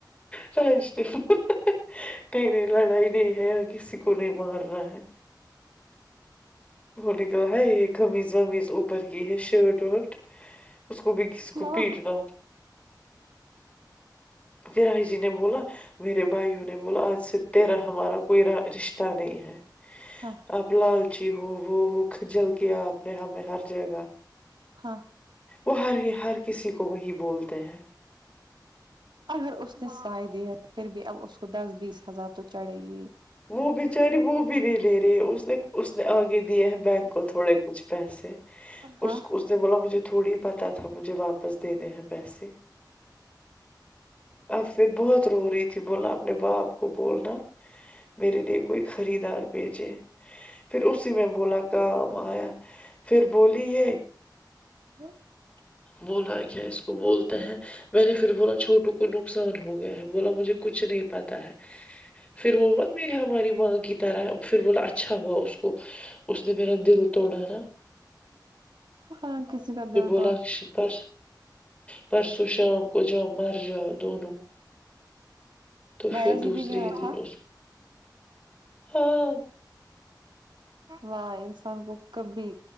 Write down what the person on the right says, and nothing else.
وہ
ہاں
ہاں
اگر اس نے سائے دی ہے پھر بھی اب اس کو دس بیس ہزار تو چڑھے گی
ہاں
ج <unintelligible>
ہاں کسی کرد ہو
بیا
جی
بھی گیا
تھا
واہ انسان کو کبھی